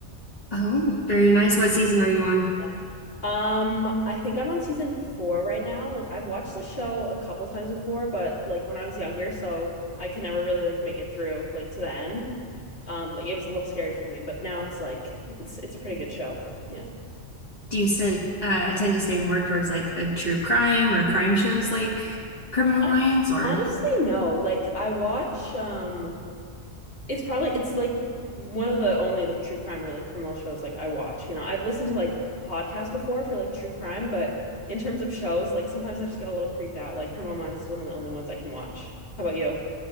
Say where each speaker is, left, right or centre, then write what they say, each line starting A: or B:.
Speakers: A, on the left (about 35°); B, on the left (about 50°).
A: Oh, very nice. What season are you on?
B: Yeah. Um, I think I'm on season four right now. Like I've watched the show a couple times before, but like when I was younger, so I could never really like make it through like to the end. Um, like it was a little scary for me, but now it's like it's it's a pretty good show. Yeah.
A: Do you st uh, tend to stay more towards like the true crime or crime shows like Criminal
B: Hon-
A: Minds or
B: Honestly, no. Like I watch um it's probably it's like one of the only like true crime or like criminal shows like I watch. You know, I've listened to like podcasts before for like true crime, but in terms of shows, like sometimes I just get a little creeped out. Like Criminal Minds is one of the only ones I can watch. How about you?